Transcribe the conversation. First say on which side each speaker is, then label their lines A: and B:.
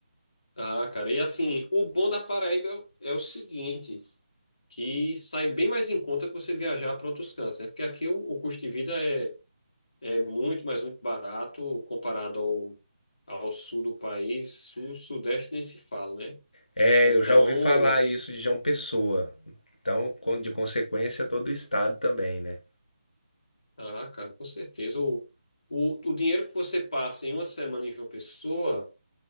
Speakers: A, on the left; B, on the left.
A: Ah, cara, e assim, o bom da Paraíba é, o é o seguinte, que sai bem mais em conta que você viajar para outros cantos, né? Porque aqui o, o custo de vida é, é muito, mas muito barato comparado ao, ao sul do país. Sul, sudeste nem se fala, né?
B: É,
A: Então,
B: eu já ouvi falar isso de João Pessoa, então, com- de consequência, todo o estado também, né?
A: ah, cara, com certeza. O, o, o dinheiro que você passa em uma semana em João Pessoa.